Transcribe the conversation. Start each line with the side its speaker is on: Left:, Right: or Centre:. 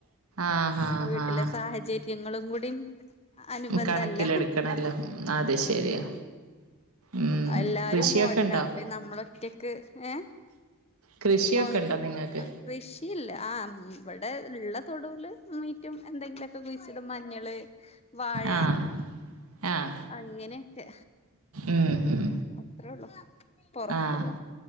Right: ആഹ് ആഹ്
Left: വീട്ടിലെ
Right: ആഹ്
Left: സാഹചര്യങ്ങളും കൂടി ടിം അനുബന്ധല്ല
Right: കണക്കിലെടുക്കണല്ലോ അത് ശരിയാ
Left: ഉം
Right: ഉം
Left: എല്ലാരും
Right: കൃഷിയൊക്കെ
Left: പോരണ
Right: ഉണ്ടോ
Left: അപ്പം നമ്മള് ഒറ്റക്ക് ഏഹ്
Right: കൃഷിയൊക്കെ
Left: പോന്നപ്പം
Right: ഉണ്ടോ നിങ്ങൾക്ക്
Left: ആഹ് കൃഷിയില്ല ആഹ് ഇവിടെ ഉള്ള തൊടൂല് മീറ്റും എന്തെങ്കിലൊക്കെ ക്കെ കുയ്ച്ചിടും മഞ്ഞള് വാഴ
Right: ആഹ് ആഹ്
Left: അങ്ങനോക്കെ,
Right: ഉം ഉം
Left: അത്രേള്ളു പൊർത്ത്ള്ള്
Right: ആഹ്